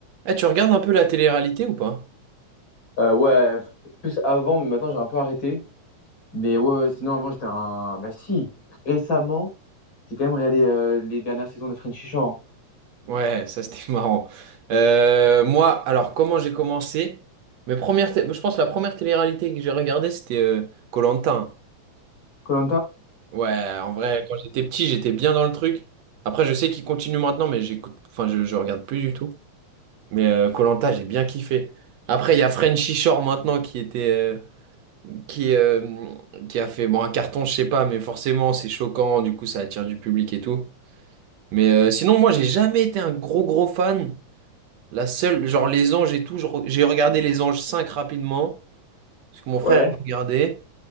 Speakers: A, on the right; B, on the left.
A: Eh, tu regardes un peu la télé-réalité ou pas?
B: Euh, ouais, plus avant, mais maintenant j'ai un peu arrêté. Mais ouais, ouais, sinon avant j'étais un. Bah si, récemment, j'ai quand même regardé euh, les dernières saisons de Frenchy Shore.
A: Ouais, ça c'était <laughs> marrant. Euh, moi, alors comment j'ai commencé? Mes premières, té- je pense que la première télé-réalité que j'ai regardée c'était euh, Koh-Lanta. hein.
B: koh
A: Ouais, en vrai, quand j'étais petit, j'étais bien dans le truc. Après, je sais qu'il continue maintenant, mais j'écoute, enfin, je, je regarde plus du tout. Mais euh, koh j'ai bien kiffé. Après, il y a Frenchy Shore maintenant qui était, euh, qui, euh, qui a fait bon un carton, je sais pas, mais forcément c'est choquant, du coup ça attire du public et tout. Mais euh, sinon, moi, j'ai jamais été un gros gros fan. La seule, genre les anges et tout, je re- j'ai regardé les anges 5 rapidement, parce que mon frère
B: Ouais.
A: il regardait.